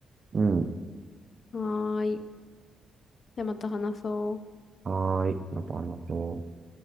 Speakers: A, on the right; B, on the left.
A: うん。
B: はーい。じゃあまた話そう。
A: はーい。また話そう。